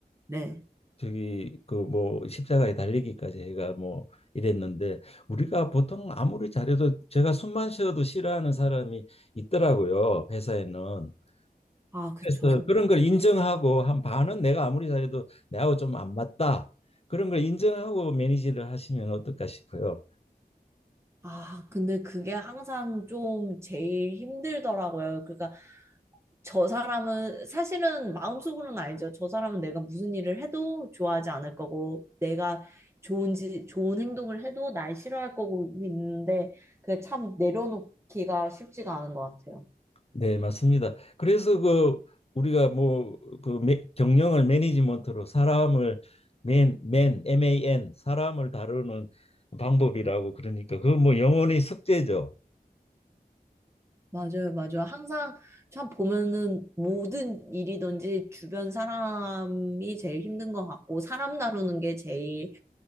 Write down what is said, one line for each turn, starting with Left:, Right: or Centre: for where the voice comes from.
Right: 네.
Left: 저기 그 뭐 십자가에 달리기까지 해가 뭐 이랬는데 우리가 보통 아무리 잘해도 제가 숨만 쉬어도 싫어하는 사람이 있더라고요 회사에는
Right: 아, 그쵸.
Left: 그래서 그런 걸 인정하고 한 반은 내가 아무리 잘해도 내하고 좀 안 맞다 그런 걸 인정하고 매니지를 하시면 어떨까 싶어요.
Right: 아, 근데 그게 항상 좀 제일 힘들더라고요. 그러니까 저 사람은 사실은 마음속으로는 알죠. 저 사람은 내가 무슨 일을 해도 좋아하지 않을 거고 내가 좋은지 좋은 행동을 해도 날 싫어할 거고 있는데 그게 참 내려놓기가 쉽지가 않은 것 같아요.
Left: 네, 맞습니다. 그래서 그 우리가 뭐 그 경영을 매니지먼트로 사람을 맨, 맨, MAN 사람을 다루는 방법이라고 그러니까 그 뭐 영혼의 숙제죠.
Right: 맞아요, 맞아요. 항상 참 보면은 모든 일이든지 주변 사람이 제일 힘든 것 같고 사람 다루는 게 제일